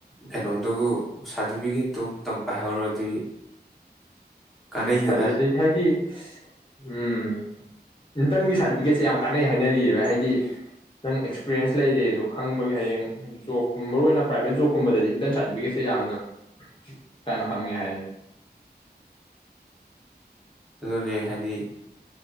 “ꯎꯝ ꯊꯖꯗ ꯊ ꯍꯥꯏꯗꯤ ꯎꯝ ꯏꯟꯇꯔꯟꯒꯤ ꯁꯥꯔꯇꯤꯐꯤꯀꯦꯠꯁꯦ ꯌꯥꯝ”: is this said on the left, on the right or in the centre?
Left